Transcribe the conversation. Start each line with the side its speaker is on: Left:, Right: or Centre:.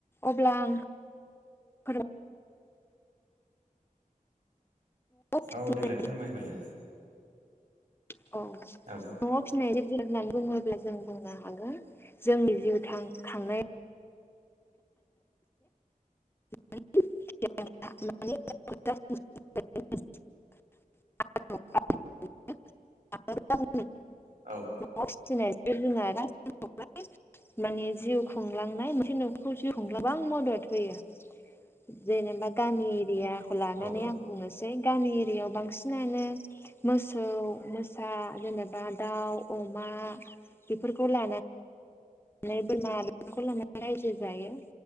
Left: अब्ला आं न'आव फिसिनाय
Right: औ देलाय फोरमाय गोरलाय।
Left: औ
Right: औ
Left: फिनाय जिब जुनार होननानै बुङोब्ला जों बुंनो हागोन। जोंनि जिउ थां खांनाय <unintelligible> <unintelligible>
Right: औ
Left: न'आव फिनाय जिब जुनारा <unintelligible> माने जिउ खुंलांनाय मोनसे न'खर जिउ खुं <unintelligible> गोबां मदद होयो। जेनेबा गामि एरियाखौ लानानै
Right: औ
Left: आं बुंनोसै गामि एरियाायाव बांसिनानो मोसौ, मोसा जेनेबा दाउ, अमा बेफोरखौ ला नै बोरमा बेफोरखौ लानानै रायजो जायो।